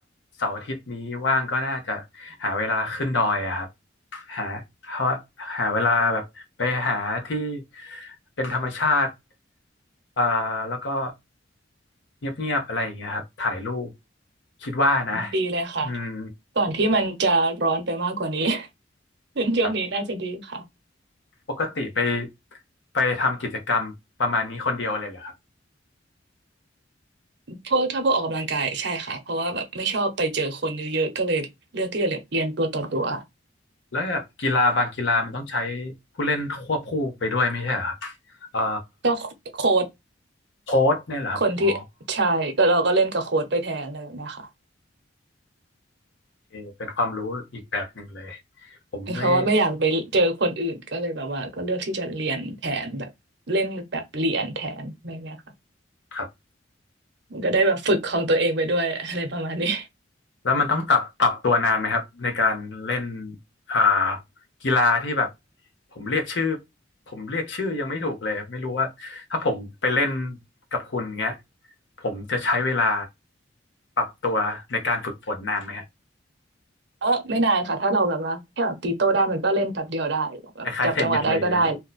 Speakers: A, on the left (about 70°); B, on the right (about 65°).
A: เสาร์อาทิตย์นี้ว่างก็น่าจะหาเวลาขึ้นดอยอะครับ หาหาหาเวลาแบบไปหาที่เป็นธรรมชาติอ่าแล้วก็เงียบๆอะไรอย่างเงี้ยครับถ่ายรูปคิดว่านะ
B: ดีเลยค่ะ
A: อืม
B: ก่อนที่มันจะร้อนไปมากกว่านี้ เป็นช่วงนี้น่าจะดีค่ะ
A: ครับปกติไปไปทำกิจกรรมประมาณนี้คนเดียวเลยเหรอครับ
B: พวกถ้าพวกออกกำลังกายใช่ค่ะเพราะว่าแบบไม่ชอบไปเจอคนเยอะๆก็เลยเลือกที่จะเรียนตัวต่อตัว
A: แล้วแบบกีฬาบางกีฬามันต้องใช้ผู้เล่นควบคู่ไปด้วยไม่ใช่เหรอครับเอ่อ
B: ก็โค้ช
A: โค้ชเนี่ยเหรอครับอ๋อ
B: คนที่ใช่ก็เราก็เล่นกับโค้ชไปแทนอะไรแบบเนี้ยค่ะ
A: โอเคเป็นความรู้อีกแบบหนึ่งเลยผมไม่
B: เพราะว่าไม่อยากไปเจอคนอื่นก็เลยแบบว่าก็เลือกที่จะเรียนแทนแบบเล่นแบบเรียนแทนอะไรเงี้ยค่ะ
A: ครับ
B: มันก็ได้แบบฝึกของตัวเองไปด้วยอะไรประมาณนี้
A: แล้วมันต้องปรับปรับตัวนานไหมครับในการเล่นอ่ากีฬาที่แบบผมเรียกชื่อผมเรียกชื่อยังไม่ถูกเลยไม่รู้ว่าถ้าผมไปเล่นกับคุณเงี้ยผมจะใช้เวลาปรับตัวในการฝึกฝนนานไหมฮะ
B: <laughs> เออไม่นานค่ะถ้าเราแบบว่าแค่แบบตีโต้ได้มันก็เล่นแบบเดียวได้แบบจับจังหวะได้ก็ได้
A: คล้ายๆเทนนิสเลยนะฮะ